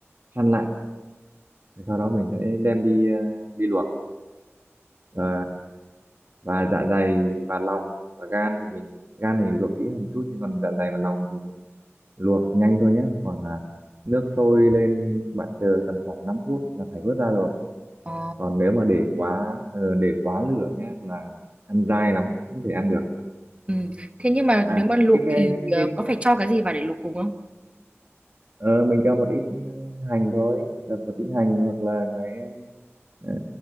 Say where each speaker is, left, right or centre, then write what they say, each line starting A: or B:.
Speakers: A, on the right; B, on the right.
A: săn lại sau đó mình sẽ đem đi à, đi luộc à, và dạ dày và lòng và gan thì mình gan này luộc kỹ hơn chút nhưng còn dạ dày và lòng thì mình luộc nhanh thôi nhé khoảng là nước sôi lên bạn chờ tầm khoảng 5 phút là phải vớt ra rồi
B: Ồ.
A: còn nếu mà để quá ờ, để quá lửa nhé là ăn dai lắm không thể ăn được
B: Ừ. Thế nhưng mà
A: à
B: nếu mà luộc
A: cái cái
B: thì
A: cái,
B: ờ,
A: cái
B: có phải cho cái gì vào để luộc cùng không?
A: ờ, mình cho một ít ờ, hành thôi đập một ít hành hoặc là cái ờ,